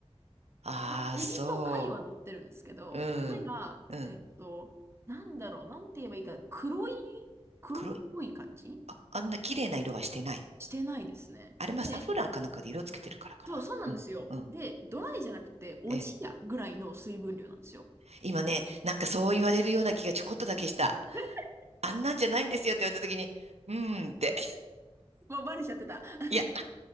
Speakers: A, on the right; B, on the right.
A: ああ、
B: まあエビと貝は乗ってるんですけど、
A: そう。うん。
B: 米が、
A: うん。
B: えっと、なんだろう、なんて言えばいいか、黒い、黒っぽい感じ
A: 黒い。あ、あんな綺麗な色はしてない。
B: してないですね。
A: あれ、
B: で、
A: まあ、サフランかなんかで色つけてるからかな。
B: そう、そうなんですよ。
A: うん。うん。
B: で、ドライじゃなくて、おじやぐらいの水分量なんですよ。
A: ええ。今ね、なんかそう言われるような気がちょこっとだけした。
B: <laughs>
A: あんなんじゃないんですよって言われた時に、うーんって。
B: もうバレちゃってた。<laughs>
A: いや。